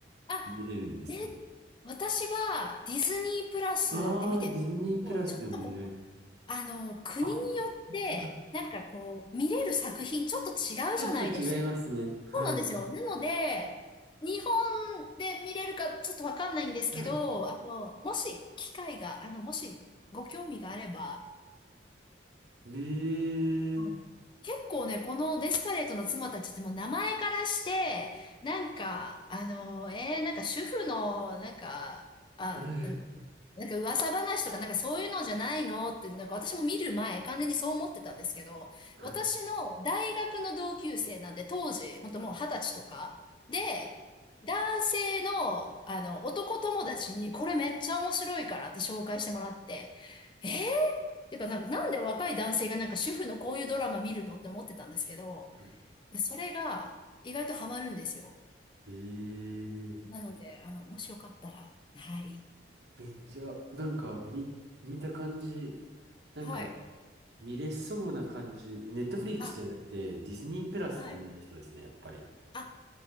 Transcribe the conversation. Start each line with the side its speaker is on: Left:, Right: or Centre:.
Left: あ、
Right: 見れるんですね。
Left: ね、私はディズニープラスで見てたんですけど、
Right: あーディズニープラスでも見られる。
Left: ちょっとこの、あの、国によって、
Right: あ、本当だ。
Left: なんかこう、見れる作品ちょっと違うじゃないですか。
Right: ちょっと違いますね。はい。
Left: そうなんですよ。なので、日本で見れるかちょっとわかんないんですけど、
Right: はい。
Left: あの、もし機会が、あの、もしご興味があれば、
Right: ええ
Left: うん結構ね、このデスパレートの妻たちってもう名前からして、なんか、あの、えー、なんか主婦の、なんか、あ、
Right: ええ
Left: うんなんか噂話とかなんかそういうのじゃないのって、なんか私も見る前、完全にそう思ってたんですけど、
Right: はい。
Left: 私の大学の同級生なんで、当時、本当もう二十歳とか、で、男性の、あの、男友達に、これめっちゃ面白いからって紹介してもらって、えーてか、なんか、なんで若い男性がなんか主婦のこういうドラマ見るのって思ってたんですけど、
Right: <laughs>
Left: いやそれが意外とハマるんですよ。
Right: ええ
Left: なので、あの、もしよかったら、はい。
Right: めっちゃ、なんか、み、見た感じ、なんか、
Left: はい。
Right: 見れそうな感じ。ネットフリックスじゃなくて、
Left: あ、
Right: ディズニープラスで見れそうですね、
Left: はい。
Right: やっぱり。
Left: あ、